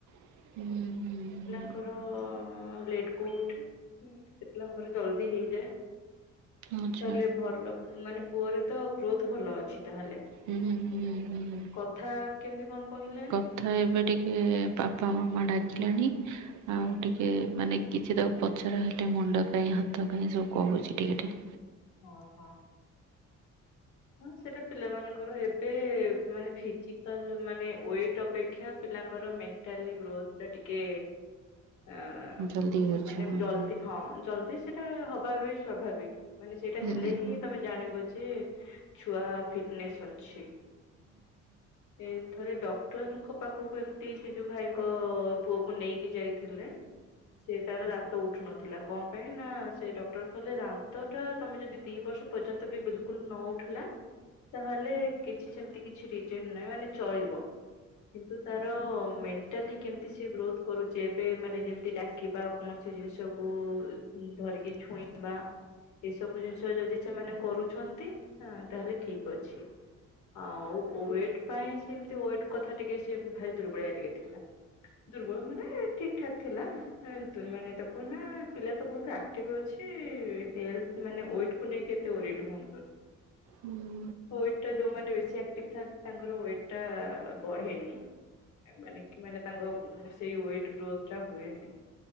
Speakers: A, on the right; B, on the left.
A: ହୁଁ ହୁଁ ହୁଁ।
B: ତାଙ୍କର-ଅ-ଅ-ଅ ଲେଟ୍ କୁ ଉଠେ କେତେ ପିଲାଙ୍କର ଜଲଦି ହେଇଯାଏ।
A: ଆଚ୍ଛା
B: ତାହେଲେ ଭଲ ମାନେ ପୁଅର ତ ଗ୍ରୋଥ ଭଲ ଅଛି ତାହେଲେ।
A: ହୁଁ ହୁଁ ହୁଁ
B: କଥା କେମତି କଣ କହିଲାଣି
A: କଥା ଏବେ ଟିକେ-ଏ-ଏ ବାପା ମାମା ଡାକିଲାଣି
B: ହୁଁ
A: ଆଉ ଟିକେ ମାନେ କିଛି ତାକୁ ପଚାର ହେଲେ ମୁଣ୍ଡ କାଇଁ ହାତ କାଇଁ ସବୁ କହୁଛି ଟିକେ ଟିକେ।
B: ଓହୋ। ହଁ ସେଟା ପିଲାମାନଙ୍କର ଏବେ ମାନେ ଫିଜିକାଲ ମାନେ ୱେଟ ଅପେକ୍ଷା ପିଲାଙ୍କର ମେଣ୍ଟାଲି ଗ୍ରୋଥ ଟା ଟିକେ ଆ-ଆ-ଆ
A: ଜଲ୍ଦି ହଉଛି
B: ମାନେ
A: ହୁଁ
B: ଜଲଦି ହଁ ଜଲଦି ସେଟା ହବା ବି ସ୍ୱାଭାବିକ। ମାନେ ସେଇଟା
A: ହୁଁ।
B: ହେଲେ ହିଁ ତମେ ଜାଣିବ ଯେ। ଛୁଆ ଫିଟନେସ୍ ଅଛି ଏ ଥରେ ଡ ଡକ୍ଟରଙ୍କ ପାଖକୁ ଏମିତି ସେ ଯୋଉ ଭାଇଙ୍କ-ଅ-ଅ-ଅ ପୁଅକୁ ନେଇକି ଯାଇଥିଲେ। ସେ ତାର ଦାନ୍ତ ଉଠୁ ନଥିଲା କଣ ପାଇଁ ନା-ଆ-ଆ ସେ ଡକ୍ଟର କହିଲେ ଦାନ୍ତ ଟା ତମେ ଯଦି ଦି ବର୍ଷ ପର୍ଯ୍ୟନ୍ତ ବି ବିଲକୁଲ ନ ଉଠିଲା ତାହେଲେ କିଛି ସେମିତି କିଛି ରିଜିନ ନାହିଁ ମାନେ ଚଳିବ। କିନ୍ତୁ ତାର-ଅ-ଅ-ଅ ମେଣ୍ଟାଲି କେମ ସେ ଗ୍ରୋଥ କରୁଛି ଏବେ ମାନେ ଯେମିତି ଡାକିବା କୌଣସି ଜିନିଷକୁ-ଉ-ଉ ହୁଁ ଧରିକି ଛୁଇଁବା ଏ ସବୁ ଜିନିଷ ଯଦି ସେମାନେ କରୁଛନ୍ତି ହଁ ତାହଲେ ଠିକ୍ ଅଛି। ଆଉ ଓଏଟ୍ ପାଇଁ ସେମତି ଓଏଟ୍ କଥା ଟିକେ ସେ ଭାରି ଦୁର୍ବଳିଆ ଟିକେ ଥିଲା। ଦୁର୍ବଳ ମାନେ ଠିକ ଠାକ୍ ଥିଲା। କିନ୍ତୁ ମାନେ ତା କୁହ ନା ପିଲା ତ ବହୁତ ଆକ୍ଟିଭ ଅଛି। ନ୍ତି-ଇ-ଇ ହେଲତ ମାନେ ଓଏଟକୁ ନେଇ କେତେ ଓରିଡ ହୁଅନ୍ତୁନି।
A: ହୁଁ।
B: ୱେଟ ଟା ଯୋଉମାନେ ବେଶୀ ଆକ୍ଟିଭ ଥାନ୍ତି ତାଙ୍କର ୱେଟ ଟା-ଆ-ଆ-ଆ ବଢେନି। ଏ ମାନେ କି ମାନେ ତାଙ୍କ ଅ ସେଇ ୱେଟ ଗ୍ରୋଥ ଟା ହୁଏନି।